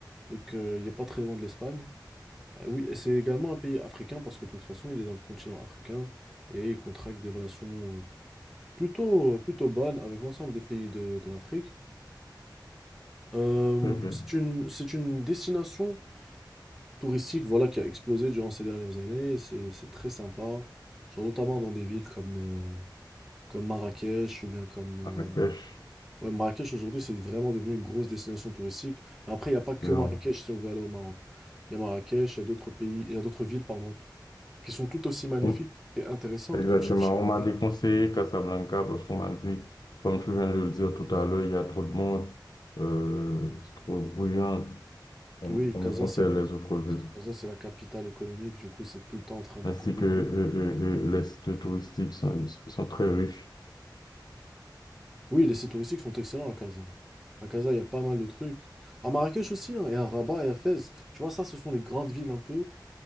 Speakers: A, in the centre; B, on the left.
A: donc euh, il n'est pas très loin de l'Espagne. Ah oui, et c'est également un pays africain parce que de toute façon, il est dans le continent africain et il contracte des relations euh, plutôt plutôt bonnes avec l'ensemble des pays de, de l'Afrique. Euh,
B: Très bien.
A: c'est une c'est une destination. touristique voilà, qui a explosé durant ces dernières années. et C'est c'est très sympa, genre notamment dans des villes comme, euh, comme Marrakech ou bien comme...
B: Marrakech.
A: euh, Ouais, Marrakech aujourd'hui, c'est vraiment devenu une grosse destination touristique. Mais après, il n'y a pas que
B: euh,
A: Marrakech si on veut aller au Maroc. Il y a Marrakech, il y a d'autres pays, il y a d'autres villes, pardon, qui sont tout aussi magnifiques
B: on-
A: et intéressantes,
B: Exactement.
A: comme Chefchaouen.
B: On m'a déconseillé Casablanca parce qu'on m'a dit, comme tu viens de le dire tout à l'heure, il y a trop de monde, euh, c'est trop bruyant. On,
A: Oui,
B: on
A: Casa,
B: me conseille
A: c'est un-
B: les autres villes.
A: Casa, c'est la capitale économique, du coup, c'est tout le temps en train de
B: Ainsi
A: grouiller.
B: que euh, euh, euh, les sites touristiques sont, sont très riches.
A: Oui, les sites touristiques sont excellents à Casa. À Casa, il y a pas mal de trucs. À Marrakech aussi, hein, et à Rabat et à Fès. Tu vois, ça, ce sont les grandes villes un peu.